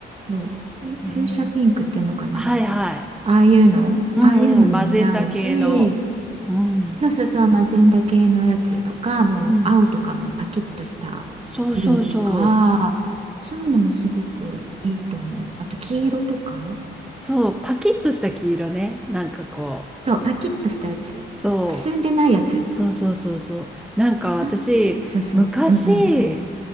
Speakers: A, on the right; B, in the centre.
A: そう。ふ風車ピンクっていうのかな。
B: ねえ。はいはい。
A: ああいうのああいうのも似合うし、
B: うんうん。マゼンダ系の。うん。
A: そうそうそう、マゼンダ系のやつとか、もう青とかもパキッとしたブルーとか、
B: うん。そうそうそう。
A: そういうのもすごくいいと思う。あと黄色とか。
B: そう、パキッとした黄色ね。なんかこう。
A: そう、パキッとしたやつ。
B: そう。
A: くすんでないやつ。
B: そうそうそうそう。なんか私、
A: あーそうそう。
B: 昔、
A: うんうん。